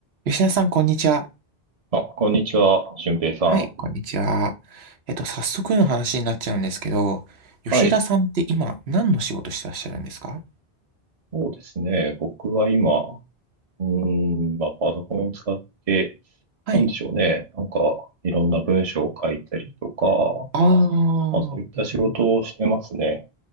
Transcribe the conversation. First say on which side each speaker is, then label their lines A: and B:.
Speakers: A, on the right; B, on the right.
A: 吉田さん、こんにちは。
B: あ、こんにちは、俊平さん。
A: はい。こんにちは。えっと、早速の話になっちゃうんですけど、吉田さんって今、
B: はい。
A: 何の仕事してらっしゃるんですか
B: そうですね。僕は今、うーん、まあ、パソコンを使って、
A: はい。
B: なんでしょうね。なんか、いろんな文章を書いたりとか、
A: ああ、
B: まあ、そういった仕事をしてますね。
A: へー